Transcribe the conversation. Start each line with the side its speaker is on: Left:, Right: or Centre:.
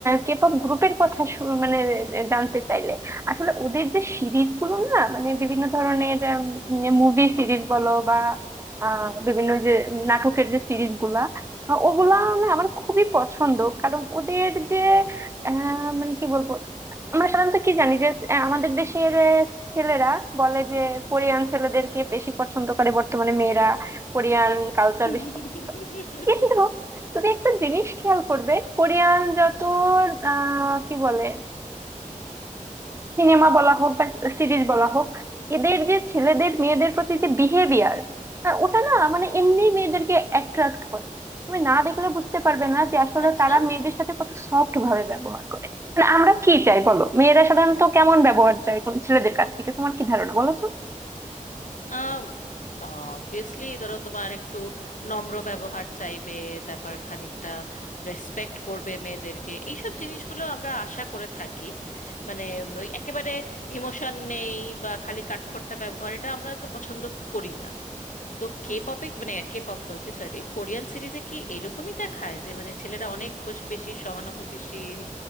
Right: কেপপ গ্রুপের কথা শু- মানে আহ, জানতে চাইলে আসলে ওদের যে সিরিজ গুলো না মানে বিভিন্ন ধরনের মুভি সিরিজ বলো বা আহ, বিভিন্ন যে নাটকের যে সিরিজ গুলা আহ, ওগুলা না আমার খুবই পছন্দ কারণ ওদের যে আহ, মানে কি বলবো আমরা সাধারণত কি জানি যে আহ, আমাদের দেশের আহ, ছেলেরা বলে যে কোরিয়ান ছেলেদেরকে বেশি পছন্দ করে বর্তমানে মেয়েরা কোরিয়ান কালচার
Left: <laughs>
Right: বেশি পছন্দ করে। কিন্তু তুমি একটা জিনিস খেয়াল করবে কোরিয়ান যত আহ কি বলে সিনেমা বলা হোক বা সিরিজ বলা হোক এদের যে ছেলেদের মেয়েদের প্রতি যে বিহেভিয়ার ওটা না মানে এমনি মেয়েদেরকে অ্যাট্রাক্ট করে তুমি না দেখলে বুঝতে পারবে না যে আসলে
Left: আচ্ছা
Right: তারা মেয়েদের সাথে কত সফট ভাবে ব্যবহার করে মানে আমরা কি চাই বলো মেয়েরা সাধারণত কেমন ব্যবহার চায় কোন ছেলেদের কাছ থেকে তোমার কি ধারণা বলো
Left: আম অবভিয়াসলি ধরো তোমার একটু নম্র ব্যবহার চাইবে তারপর খানিকটা রেসপেক্ট করবে মেয়েদেরকে এইসব জিনিসগুলো আমরা আশা করে থাকি মানে উম, ওই একেবারে ইমোশন নেই বা খালি কাঠখোট্টা ব্যবহার এটা আমরা তো পছন্দ করি না তো কে
Right: তো
Left: পপে মানে কে পপ বলছি সরি কোরিয়ান সিরিজে কি এরকমই দেখায় যে মানে ছেলেরা অনেক বস- বেশি সহানুভূতিশীল